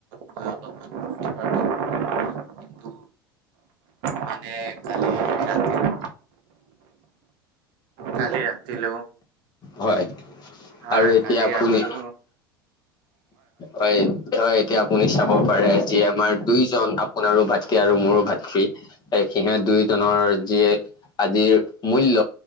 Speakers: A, on the right; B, on the left.
A: গৈ অলপমান ফূৰ্তি ফাৰ্তা কৰিলো কিন্তু মানে কালি। ৰাতি
B: <unintelligible>
A: কালি ৰাতি লেওঁ।
B: হয়।
A: হয়
B: আৰু এতিয়া
A: কালি
B: আপুনি
A: ৰাতিও।
B: হয়। হয় এতিয়া আপুনি চাব পাৰে যি আমাৰ দুইজন আপোনাৰো ভাতৃ আৰু মোৰো ভাতৃ। এই সিহত দুয়োজনৰ যি আজিৰ মূল্য